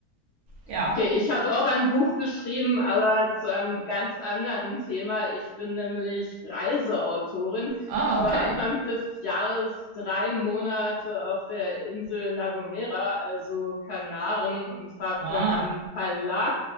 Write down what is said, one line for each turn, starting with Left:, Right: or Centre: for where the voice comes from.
Right: Ja.
Left: Okay, ich habe auch ein Buch geschrieben, aber zu einem ganz anderen Thema. Ich bin nämlich Reiseautorin.
Right: Ah,
Left: Ich
Right: okay.
Left: war Anfang des Jahres drei Monate auf der Insel La Gomera, also Kanaren, und habe
Right: Ah,
Left: von einem Verlag